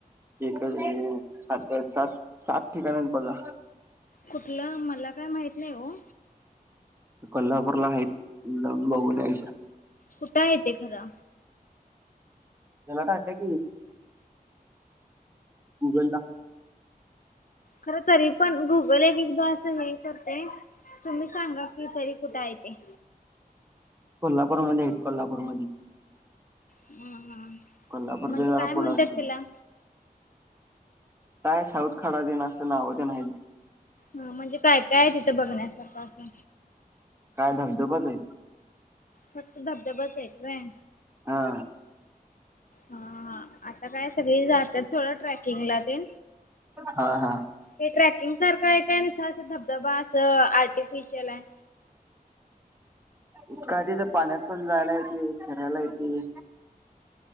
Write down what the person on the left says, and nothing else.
कुठलं मला काय माहत नाही हो.
कुठं य ते खरा.
खरं तरी पण गुगल एक एकदा असं नाही. करतय तुम्ही सांगा की तरी कुठे येते?
ह
म्हणजे
काय
म्हणतात
तिला
हा म्हणजे काय काय तिथं बघण्यासारखं असं
फक्त धबधबाच येतोय
हा आता काय सगळी जातात थोडं ट्रेकिंगला ते
का ट्रॅकिंग सारखं आहे काय नुसार अस धबधबा असं आर्टिफिशियल आहे